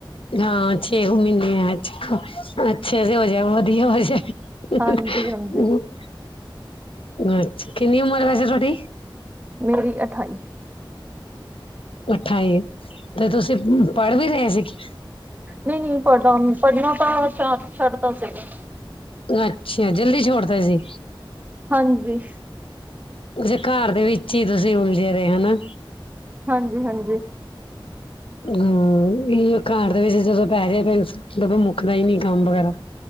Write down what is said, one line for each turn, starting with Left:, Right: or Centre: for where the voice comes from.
Left: ਹਾਂ ਛੇ ਕੁ ਮੀਨੇ ਐ, ਅੱਛੇ ਸੇ ਹੋ ਜਾਏ ਵਦੀਆ ਹੋ ਜਾਏ। ਤੇ
Right: ਹਾਂਜੀ ਹਾਂਜੀ
Left: ਕੁਛ ਅ ਕਿੰਨੀ ਉਮਰ ਐ ਵੈਸੇ ਤੁਹਾਡੀ।
Right: ਮੇਰੀ ਅਠਾਈ
Left: ਅਠਾਈ ਤੇ ਤੁਸੀਂ ਪੜ ਵੀ ਰਏ ਸੀ ਕੀ।
Right: ਨਈ-ਨਈ ਪਟਡੌਨ ਪੜ੍ਹਨਾ ਤਾਂ ਛੱਡਤਾ ਸੀਗਾ।
Left: ਅੱਛੇਆ ਜਲਦੀ ਛੋੜਤਾ ਸੀ।
Right: ਹਾਂਜੀ।
Left: ਉਸੇ ਘਰ ਦੇ ਵਿੱਚ ਈ ਤੁਸੀਂ ਉਲਝੇ ਰਏ ਹਨਾ।
Right: ਹਾਂਜੀ-ਹਾਂਜੀ।
Left: <inaudible> ਏਹ ਘਰ ਦੇ ਵਿੱਚ ਜਦੋਂ ਪੈਜੇ ਫੇਰ ਤੇ ਮੁੱਕਦਾ ਈ ਨੀ ਕੰਮ ਵਗੈਰਾ।